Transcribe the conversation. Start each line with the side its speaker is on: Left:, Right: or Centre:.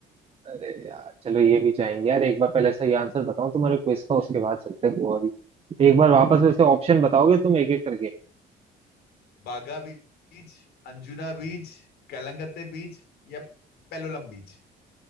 Right: अरे यार चलो ये भी जाएंगे यार एक बार पहले सही आंसर बताऊं तुम्हारे क्विज का उसके बाद चलते हैं गोवा भी एक बार वापस वैसे
Left: ठीक
Right: ऑप्शन बताओगे तुम एक एक करके
Left: बागा बीच अंजुना बीच कलंगते बीच या पेलोलम बीच